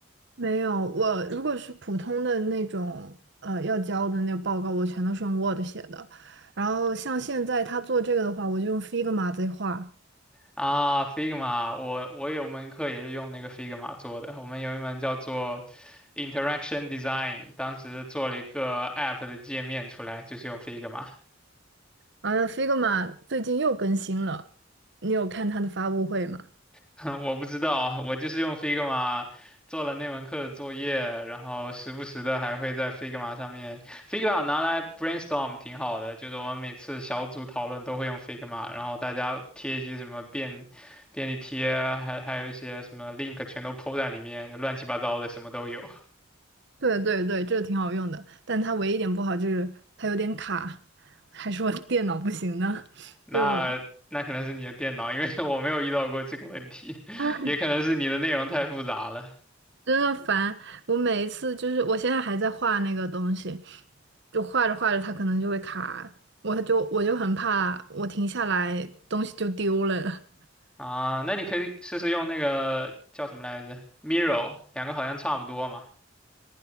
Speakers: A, on the right; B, in the centre.
A: 没有，我如果是普通的那种呃要交的那个报告，我全都是用 Word 写的，然后像现在他做这个的话，我就用 Figma 在画。
B: 啊，Figma，我我有门课也是用那个 Figma 做的，我们有一门叫做 Interaction Design，当时做了一个 App 的界面出来，就是用 Figma。
A: 哎 f i g m a 最近又更新了，你有看它的发布会吗？
B: <laughs> 我不知道，我就是用 Figma 做了那门课的作业，然后时不时的还会在 Figma 上面，Figma 拿来 brainstorm 挺好的，就是我们每次小组讨论都会用 Figma，然后大家贴一些什么便便利贴，还还有一些什么 link 全都 po 在里面，就乱七八糟的什么都有。
A: 对对对，这个挺好用的，但它唯一一点不好就是它有点卡，还是我电脑不行呢，<laughs>
B: 那那可能是你的电脑，
A: 就
B: 因为 <laughs> 我没有遇到过这个问题，
A: 唉
B: 也可能是你的内容太复杂了。
A: 真的烦。我每一次就是我现在还在画那个东西，就画着画着它可能就会卡，我就我就很怕我停下来东西就丢了。
B: 啊，那你可以试试用那个叫什么来着，Miro，两个好像差不多嘛。